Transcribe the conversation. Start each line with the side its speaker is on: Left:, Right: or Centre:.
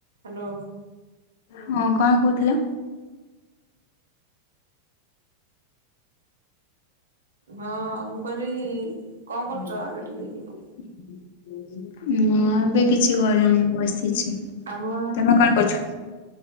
Right: Hello
Left: ହଁ କଣ କହୁଥିଲ?
Right: ହଁ ମୁଁ କହିଲି କଣ
Left: <unintelligible>
Right: କରୁଛ ଆଗ ଟିକେ ଇଏ କ
Left: ନା ଏବେ କିଛି କରିନି ବସିଛି।
Right: କାମ
Left: କଣ କରୁଛ?